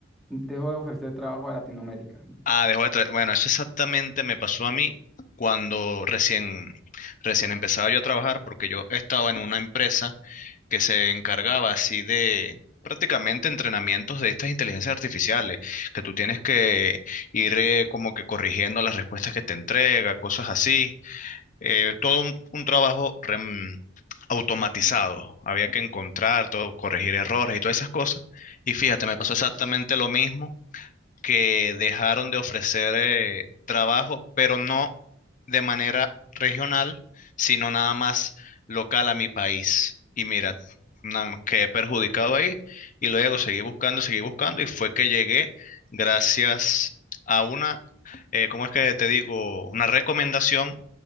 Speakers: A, in the centre; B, on the left (about 40°).
A: dejó de ofrecer trabajo a Latinoamérica.
B: Ah, dejó de tra- Bueno, eso exactamente me pasó a mí cuando recién, recién empezaba yo a trabajar, porque yo estaba en una empresa que se encargaba así de prácticamente entrenamientos de estas inteligencias artificiales, que tú tienes que ir eh, como que corrigiendo las respuestas que te entrega, cosas así. Eh, todo un, un trabajo rem- automatizado. Había que encontrar todo, corregir errores y todas esas cosas. Y fíjate,
A: Ajá.
B: me pasó exactamente lo mismo que dejaron de ofrecer eh, trabajo, pero no de manera regional, sino nada más local a mi país. Y mira, na- quedé perjudicado ahí y luego seguí buscando, seguí buscando y fue que llegué gracias a una, eh, ¿cómo es que te digo? Una recomendación